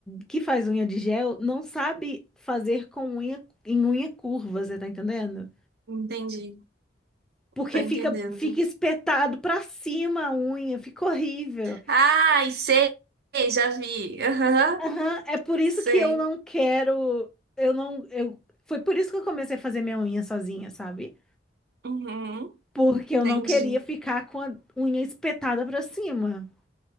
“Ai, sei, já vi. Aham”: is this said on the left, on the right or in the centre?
Right